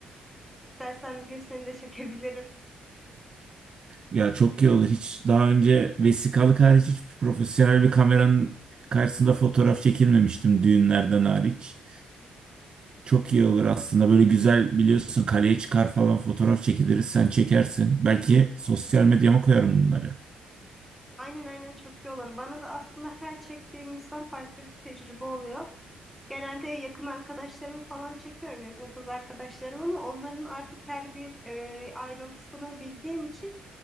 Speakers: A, in the centre; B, on the right.
A: İstersen bir gün seni de çekebilirim.
B: Ya çok iyi olur. Hiç daha önce vesikalık hariç hiç profesyonel bir kameranın karşısında fotoğraf çekilmemiştim düğünlerden hariç. Çok iyi olur aslında. Böyle güzel biliyorsun kaleye çıkar falan fotoğraf çekiliriz. Sen çekersin. Belki sosyal medyama koyarım bunları.
A: Aynen aynen çok iyi olur. Bana da aslında her çektiğim insan farklı bir tecrübe oluyor. Genelde yakın arkadaşlarımı falan çekiyorum, yakın kız arkadaşlarım ama onların artık her bir e, ayrıntısını bildiğim için